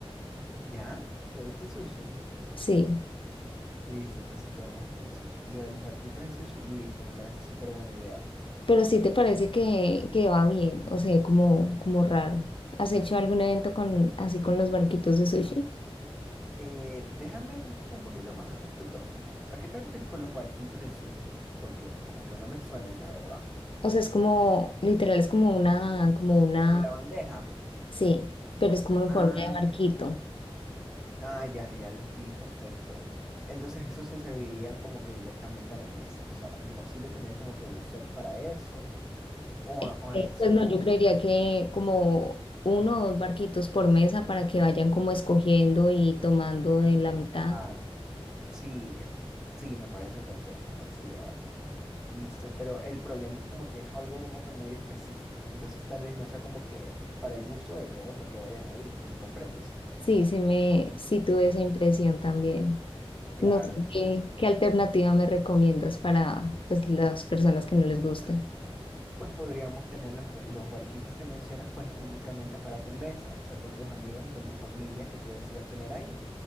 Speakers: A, in the centre; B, on the left (about 60°).
A: ¿ya? ¿Te gusta el sushi?
B: Sí,
A: Listo, entonces podemos tener sushi. Lo de los barquitos de sushi, listo, me parece súper buena idea.
B: pero sí te parece que, que va bien, o sea, como, como raro. ¿Has hecho algún evento con, así con los barquitos de sushi?
A: Eh, déjame buscar un poquito más al respecto. ¿A qué te refieres con los barquitos de sushi? Porque como que no me suenan, la verdad.
B: O sea, es como, literal, es como una, como una,
A: Como la bandeja.
B: sí, pero es como en
A: Ah.
B: forma de barquito.
A: Ah, ya, ya los vi, perfecto. Entonces, esos se servirían como que directamente a la mesa. O sea, imposible tener como que buffet para eso. O,
B: Este,
A: a- o hacer
B: Pues no,
A: como.
B: yo creería que como uno o dos barquitos por mesa para que vayan como escogiendo y tomando de la mitad.
A: Ah, sí, es- sí, me parece perfecto, me parece ideal. Listo, pero el problema es como que es algo como que muy específico. Entonces, tal vez no sea como que para el gusto de todos los que vayan a ir, ¿me comprendes?
B: Sí, sí me, sí tuve esa impresión también.
A: Claro,
B: No sé
A: entonces,
B: qué, qué alternativa me recomiendas para pues las personas que no les guste.
A: pues podríamos tener los, los barquitos que mencionas, pues únicamente para tu mesa, o sea, con tus amigos y con tu familia que tú decidas tener ahí